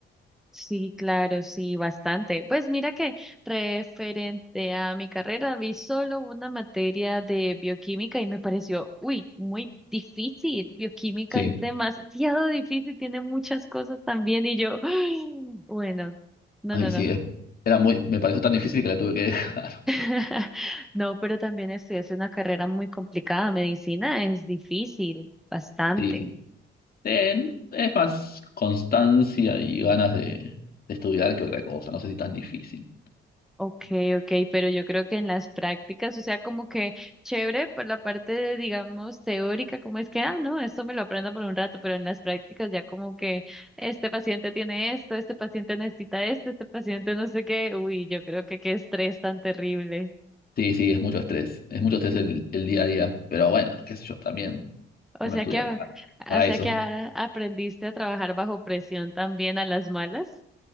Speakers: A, in the centre; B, on the left.
A: Sí, claro, sí, bastante. Pues mira que referente a mi carrera, vi solo una materia de bioquímica y me pareció, uy, muy difícil. Bioquímica
B: Sí,
A: es demasiado difícil, tiene muchas cosas también y yo, <gasps> ay, bueno, no,
B: ay,
A: no, no.
B: sí, es- era muy, me pareció tan difícil que la tuve que dejar. <laughs>
A: <laughs> No, pero también estudié una carrera muy complicada. Medicina es difícil, bastante.
B: Sí, sí. Ten- es más constancia y ganas de, de estudiar que otra cosa, no sé si tan difícil.
A: Okay, okay, pero yo creo que en las prácticas, o sea, como que chévere por la parte de, digamos, teórica, como es que, ah, no, esto me lo aprendo por un rato, pero en las prácticas ya como que este paciente tiene esto, este paciente necesita esto, este paciente no sé qué, uy, yo creo que qué estrés tan terrible.
B: Sí, sí, es mucho estrés, es mucho estrés el, el día a día, pero bueno, qué sé yo, también
A: O
B: uno
A: sea
B: estudia
A: que, a-
B: para, para
A: o sea
B: eso.
A: que a- aprendiste a trabajar bajo presión también a las malas.